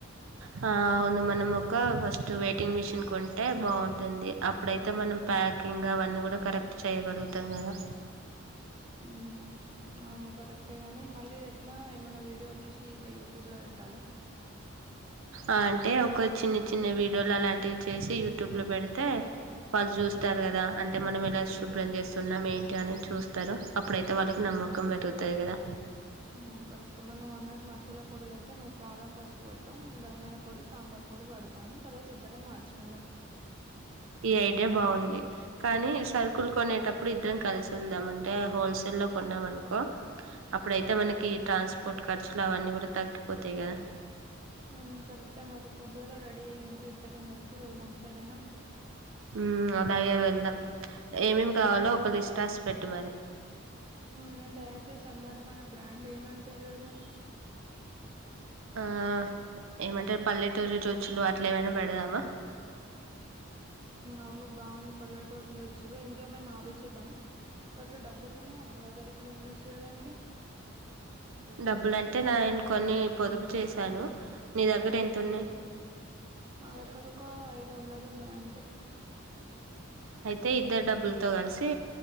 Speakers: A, on the right (about 70°); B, on the right (about 25°).
A: హ అవును మనం ఒక ఫస్ట్ వెయిటింగ్ మిషిన్ కొంటే బాగుంటుంది అప్పుడైతే మనం ప్యాకింగ్ అవన్నీ కూడా కరెక్ట్ చేయగలుగుతాం కదా
B: ఉ అవును కరెక్టే కనీ మళ్ళీ ఇది ఎట్లా ఏమైనా వీడియోలు తీసి ఇట్లా యూట్యూబ్ ల పెట్టాలా
A: ఆ అంటే ఒక చిన్న చిన్న వీడియోలు అలాంటివి చేసి యూట్యూబ్లో పెడితే వాళ్ళు చూస్తారు కదా అంటే మనం ఎలా శుభ్రం చేస్తున్నాం ఏంటి అనే చూస్తారు అప్పుడైతే వాళ్ళకి నమ్మకం పెరుగుతది కదా
B: అవును కరెక్ట్ మరి నువ్వు అన్నట్టు మసాలా పొడులు అయితే నువ్వు కారం పసుపు పట్టు నే ధనియాల పొడి సాంబార్ పొడి పడతాను తర్వాత ఇద్దరం మార్చుకుందాం
A: ఈ ఐడియా బాగుంది కానీ సరుకుల్ కొనేటప్పుడు ఇద్దరం కలిసి వెళ్దాం అంటే హోల్సేల్ లో కొన్నాం అనుకో అప్పుడైతే మనకి ట్రాన్స్పోర్ట్ ఖర్చులు అవన్నీ కూడా తగ్గిపోతాయి కదా
B: ఉ కరెక్టే మరీ పొద్దుగాల రెడీ అయ్యండు ఇద్దరం కలిసి వెళ్దాం సరేనా
A: ఉ అలాగే వెళ్దాం ఏమేమి కావాలో ఒక లిస్ట్ రాసి పెట్టు మరి
B: నేను తయారు చేసాను మరి మన బ్రాండ్ ఏమని పేరు పెడదాం
A: ఆ ఏమంటారు పల్లెటూరి రుచులు అట్లా ఏమైనా బేడదామా
B: అవును బాగుంది పల్లెటూరు రుచులు ఇంకేమైనా ఆలోచిద్దాం బట్ డబ్బులు ఉన్నాయా మన దగ్గర ఇప్పుడు ఇన్వెస్ట్ చేయడానికి
A: డబ్బులుంటే నా ఆయన కొన్ని పొదుపు చేశాను నీ దగ్గర ఎంతున్నై
B: నా దగ్గర ఒక ఐదు వందలు ఉన్నాయి అం తే
A: అయితే ఇద్దరు డబ్బులతో కలిసి